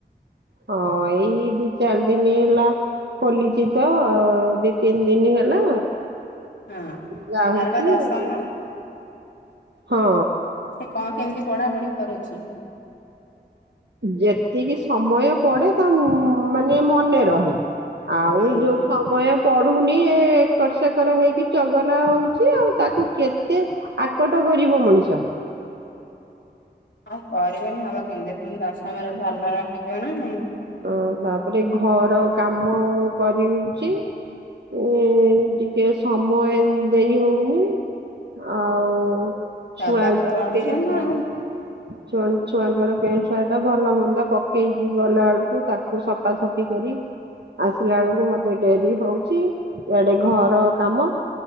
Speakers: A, on the right; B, on the left.
A: ହଁ, ଏଇ ଦି ଚାରି ଦିନ ହେଲା। ଖୋଲିଛି ତ ଦି ତିନି ଦିନ ହେଲା।
B: ହଁ।
A: ଯାଉଛି
B: ତାର ବା ଦଶମ
A: ଆଉ, ହଁ।
B: ସେ କଣ କେମିତି ପଢା ପଢି କରୁଛି?
A: ଯେତିକି ସମୟ ପଢ଼େ, ତା ମାନେ ମନେ ରହେ। ଆଉ
B: ହୁଁ।
A: ଯୋଉ ସମୟ ପଢୁନି, ଏ ଏକର ସେକର ହେଇକି ଚଗଲା ହଉଛି ଆଉ ତାକୁ କେତେ ଆକଟ କରିବ ମଣିଷ।
B: ଆଉ କରିବେନି ହବ କେମିତି? ପୁଣି ଦଶମରେ ଭଲ ରଖିବେ ନା ନାଇଁ।
A: ଅ ତା ପରେ ଘର କାମ କରୁଚି। ଏ ଟିକେ ସମୟ ଦେଇ ହଉନି। ଆଉ ଛୁଆଙ୍କର
B: ଦେବାକୁ ପଡିବ
A: ପେଣ୍ଟ
B: ନା
A: ସାର୍ଟ
B: ଆଉ।
A: ଛୁ ଛୁଆଙ୍କର ପ୍ୟାଣ୍ଟ ସାର୍ଟ ଭଲ ମନ୍ଦ ପକେଇକି ଗଲା ଆଳୁ ତାକୁ ସଫାସଫି କରି ଆସିଲା ବେଳକୁ ମତେ ଡେରି ହଉଛି, ଇଆଡେ ଘର କାମ।